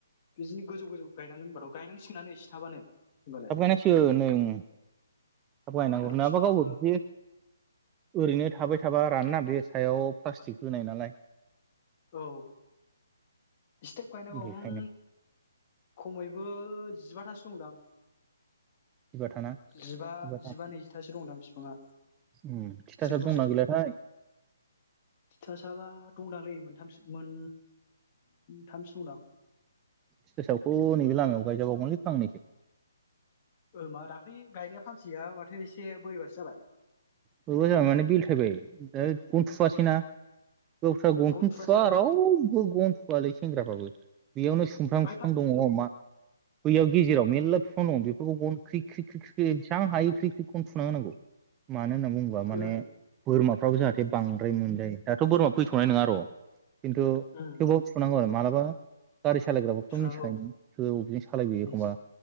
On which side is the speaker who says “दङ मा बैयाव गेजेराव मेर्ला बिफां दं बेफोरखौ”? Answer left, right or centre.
Right